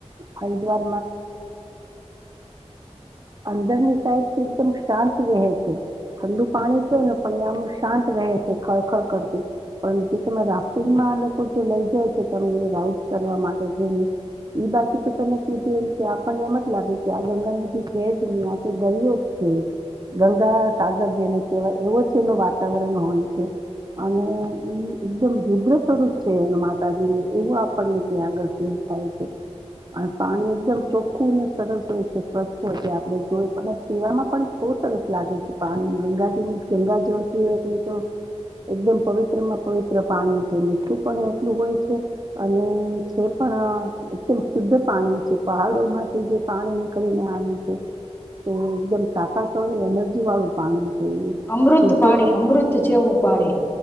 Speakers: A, on the right (about 40°); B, on the left (about 20°).
A: અ હરિદ્વાર અંદરની સાઈડ એકમ શાંત વહે છે, ઠંડુ પાણી છે ને પણ એ આમ શાંત વહે છે ખળખળ કરતી, પણ જે તમે રાફ્ટિંગમાં લોકો જે લઈ જાય છે તને રાઈડ કરવા માટે જઈને, બાજુ તો તમે આપણને એમ જ લાગે કે આ ગંગા નદી છે જ નહી આ તે દરિયો જ છે, ગંગા સાગર જેને કહેવાય એવો છે એનું વાતાવરણ હોય છે, અને એકદમ રુદ્ર સ્વરૂપ છે એ માતાજીને એવું આપણને ત્યાં આગળ ફીલ થાય છે. પાણી એકદમ ચોખ્ખું અને સરસ હોય છે સ્વચ્છ હોય છે આપણે જો અને પીવામાં પણ બહુ સરસ લાગે છે પાણી ગંગાજી ગંગા જળકી હોય એટલે તો, એકદમ પવિત્ર માં પવિત્ર પાણી છે મીઠું પણ એટલું હોય છે, અને છે પણ એકદમ શુદ્ધ પાણી છે પહાડો માંથી જે પાણી નીકળીને આવ છે, તે એકદમ ટાકા ચોલું એનર્જી વાળું પાણી. છે એ
B: અમૃત
A: ફિલ્ટર
B: પાણી અમૃત જેવું પાણી.